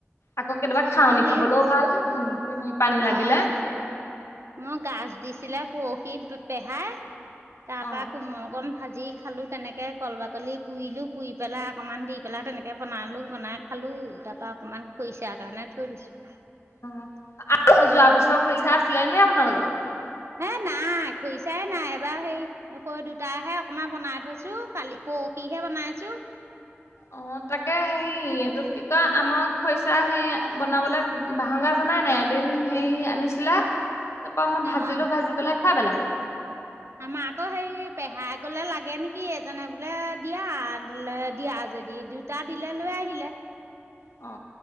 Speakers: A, on the left; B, on the right.
A: আকৌ কেতিয়াবা খাওঁ
B: মই
A: নি
B: সেই
A: খাবলৈও ভাল স পানী লাগিলে।
B: অ', মই গাজ দিছিলে পৰহি পেহাই, তাৰ
A: অ।
B: পৰা কোমল কন ভাজি যি খালোঁ তেনেকে কল বাকলি পুৰিলোঁ পুৰি পেলাই অকণমান দি পেলাই তেনেকে বনালোঁ বনাই খালোঁ। উ তাৰ পৰা অকমান খৰিছা কাৰণে থৈ দিছো।
A: অহ আৰু যোৱা বছৰ খৰিচা আছিলে নে আপোনালোকৰ?
B: হে নাই খৰিছ নাই এবাৰ হেৰি হে দুটাহে অকনমান বনাই থৈছো। কালি পৰহিহে বনাই <unintelligible>
A: অ তাকে সেই এইটো তই আমাক খৰিচা হেৰি বনাবলে বাঁহৰ গাজ অনাই নাই। এদিন হেৰি আনিছিলে তাৰপা মই ভাজিলো
B: অঁ
A: ভাজি পেলাই খাই পেলালো।
B: আমাৰ আকৌ হে পেহাই গলে লাগে নেকি এজনে বোলে দিয়া দিয়া। যদি দুটা দিলে লৈ আহিলে।
A: অ